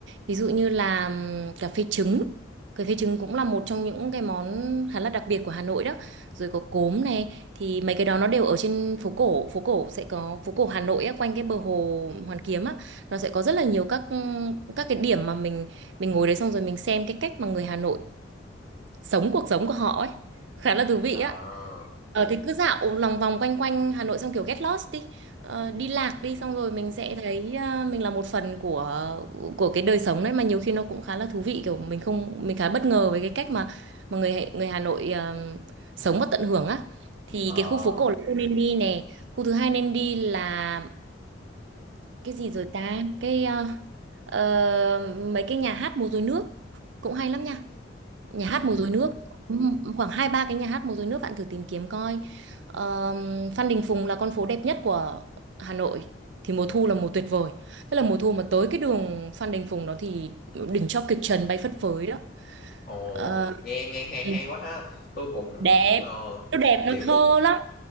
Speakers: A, on the right; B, on the left.
A: ví dụ như là ừm, cà phê trứng cà phê trứng cũng là một trong những cái món khá là đặc biệt của Hà Nội đó rồi có cốm này thì mấy cái đó nó đều ở trên phố cổ phố cổ sẽ có phố cổ Hà Nội á, quanh cái bờ hồ Hoàn Kiếm á nó sẽ có rất là nhiều các các cái điểm mà mình mình ngồi đấy xong rồi mình xem cái cách mà người Hà Nội sống cuộc sống của họ ấy khá là thú vị
B: À,
A: á ờ thì cứ dạo lòng vòng quanh quanh Hà Nội xong kiểu get lost đi ờ, đi lạc đi xong rồi mình sẽ thấy ờ, mình là một phần của của cái đời sống đấy mà nhiều khi nó cũng khá là thú vị kiểu mình không mình khá bất ngờ với cái cách mà mà người Hà- người Hà Nội ờ, sống và tận hưởng á thì
B: ờ,
A: cái khu phố cổ là khu nên đi nè khu thứ hai nên đi là cái gì rồi ta cái ờ, ờ, mấy cái nhà hát múa rối nước cũng hay lắm nha nhà
B: ừ.
A: hát múa rối nước Ừm, khoảng hai ba cái nhà hát múa rối nước bạn thử tìm kiếm coi Ờm, Phan Đình Phùng là con phố đẹp nhất của Hà Nội thì mùa thu là mùa tuyệt vời tức là mùa thu mà tới cái đường Phan Đình Phùng đó thì đỉnh cho kịch trần bay phất phới đó
B: Ồ,
A: Ờ,
B: nghe nghe hay
A: ừ,
B: hay quá ha. Tôi cũng
A: đẹp
B: ờ,
A: nó đẹp
B: kiểu
A: nó thơ
B: cũng
A: lắm